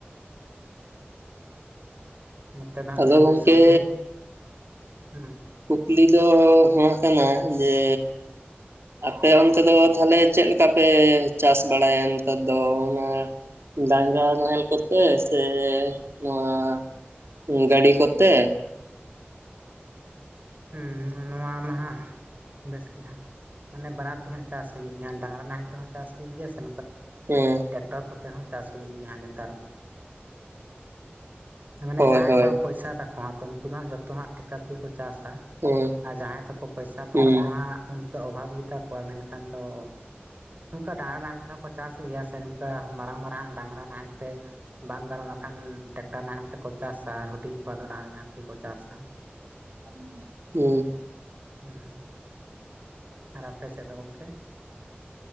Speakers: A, on the right; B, on the right.
A: ᱱᱚᱛᱮ ᱫᱚ ᱦᱟᱸᱜ
B: ᱟᱫᱚ
A: ᱵᱤᱨ
B: ᱜᱚᱝᱠᱮ
A: ᱫᱤᱥᱚᱢ ᱜᱮ ᱦᱩᱸ᱾
B: ᱠᱩᱠᱞᱤ ᱫᱚ ᱱᱚᱣᱟ ᱠᱟᱱᱟ ᱡᱮ ᱟᱯᱮ ᱚᱱᱛᱮᱼᱼ ᱛᱮ ᱫᱚ ᱛᱟᱦᱞᱮ ᱪᱮᱫ ᱞᱮᱠᱟ ᱯᱮ ᱪᱟᱥ ᱵᱟᱲᱟᱭᱟ ᱱᱮᱛᱟᱨ ᱫᱚ ᱚᱱᱟᱼᱼ ᱰᱟᱝᱨᱟ ᱱᱟᱦᱮᱞ ᱠᱚᱛᱮ ᱥᱮ ᱱᱚᱣᱟᱼᱼ ᱜᱟᱹᱰᱤ ᱠᱚᱛᱮ?
A: ᱦᱩᱸ ᱱᱚᱣᱟ ᱢᱟᱦᱟᱸᱜ ᱵᱮᱥ ᱜᱮ ᱦᱟᱸᱜ ᱢᱟᱱᱮ ᱵᱟᱱᱟᱨ ᱛᱮ ᱦᱟᱸᱜ ᱪᱟᱥ ᱦᱩᱭᱩᱜ ᱜᱮᱭᱟ ᱰᱟᱝᱨᱟ ᱱᱟᱦᱮᱞ ᱛᱮᱦᱚᱸ ᱪᱟᱥ ᱦᱩᱭᱩᱜ ᱜᱮᱭᱟ ᱥᱮ
B: ᱦᱮᱸ
A: ᱴᱨᱟᱠᱴᱚᱨ ᱠᱚᱛᱮ ᱦᱚᱸ ᱪᱟᱥ ᱦᱩᱭᱩᱜ ᱜᱮᱭᱟ ᱱᱮᱛᱟᱨ ᱢᱟᱱᱮ
B: ᱦᱳᱭ
A: ᱡᱟᱦᱟᱸᱭ
B: ᱦᱳᱭ
A: ᱠᱚᱣᱟᱜ ᱯᱚᱭᱥᱟ ᱛᱟᱠᱚ ᱦᱟᱸᱜ ᱛᱚ ᱩᱱᱠᱩ ᱫᱚ ᱦᱟᱸᱜ ᱡᱚᱛᱚ ᱦᱟᱸᱜ ᱴᱮᱠᱴᱟᱨ ᱛᱮᱜᱮ ᱠᱚ ᱪᱟᱥᱟ
B: ᱦᱩᱸ
A: ᱟᱨ ᱡᱟᱦᱟᱸᱭ ᱛᱟᱠᱚ ᱯᱚᱭᱥᱟ ᱠᱚᱛᱟ
B: ᱦᱩᱸ
A: ᱠᱚ ᱦᱟᱸᱜ ᱩᱱᱠᱩᱣᱟᱜ ᱚᱵᱷᱟᱵᱽ ᱜᱮᱛᱟ ᱠᱚᱣᱟ ᱢᱮᱱᱠᱷᱟᱱ ᱫᱚ ᱱᱚᱝᱠᱟ ᱰᱟᱝᱨᱟ ᱱᱟᱦᱮᱞ ᱛᱮᱦᱚᱸ ᱠᱚ ᱪᱟᱥ ᱜᱮᱭᱟ ᱥᱮ ᱱᱚᱝᱠᱟ ᱢᱟᱨᱟᱝ ᱢᱟᱨᱟᱝ ᱟᱜ ᱰᱟᱝᱨᱟ ᱱᱟᱦᱮᱞ ᱛᱮ ᱵᱟᱝ ᱜᱟᱱᱚᱜ ᱵᱟᱠᱷᱟᱱ ᱴᱮᱠᱴᱟᱨ ᱱᱟᱦᱮᱞ ᱛᱮᱠᱚ ᱪᱟᱥᱟ ᱦᱩᱰᱤᱧ ᱠᱚᱣᱟᱜ ᱫᱚ ᱰᱟᱝᱨᱟ ᱱᱟ ᱛᱮᱜᱮ ᱠᱚ ᱪᱟᱥᱟ ᱾
B: <unintelligible> ᱦᱩᱸ
A: ᱦᱩᱸ ᱟᱨ ᱟᱯᱮ ᱥᱮᱫ ᱫᱚ ᱜᱚᱝᱠᱮ?